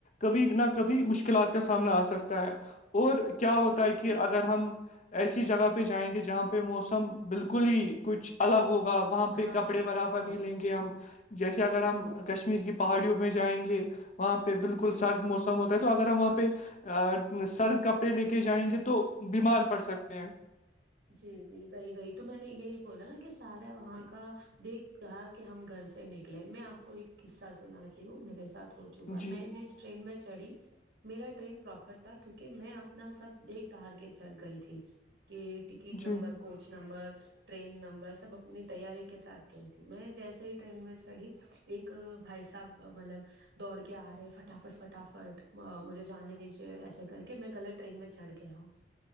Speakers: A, on the left; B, on the right.
A: کبھی نہ کبھی مشکلات کا سامنا آ سکتا ہے اور کیا ہوتا
B: جی
A: ہے
B: جی
A: کہ اگر
B: جی
A: ہم ایسی جگہ پہ جائیں گے جہاں پہ موسم بالکل ہی کچھ الگ ہوگا وہاں
B: ہاں
A: پہ کپڑے برابر
B: ہاں
A: نہیں لیں گے ہم جیسے اگر
B: ہوں
A: ہم کشمیر کی پہاڑیوں میں جائیں گے وہاں پہ بالکل
B: ہوں
A: سرد موسم ہوتا ہے تو اگر ہم وہاں پہ سرد کپڑے لے کے جائیں گے تو بیمار پڑ سکتے ہیں
B: جی جی وہی وہی تو میں نے یہی بولا نا کہ سارا وہاں کا دیکھ رہا کہ ہم گھر سے نہک نکلے میں آپ کو ایک قصہ سناتی ہوں میرے ساتھ ہو چکا
A: جی
B: میں جس ٹرین میں چڑھی میرا ٹرین پراپر تھا کیونکہ میں اپنا سب دیکھ دھار کے چڑھ گئی تھی کہ کٹ number
A: جی
B: coach number train number سب اپنی تیاری کے ساتھ گئی تھی میں جیسے ہی ٹرین میں چڑھی ایک بھائی صاحب مطلب دوڑ کے آ رہے فٹافٹ فٹافٹ مجھے جانے دیجیے ایسے کر کے میں غلط ٹرین میں چڑھ گیا ہو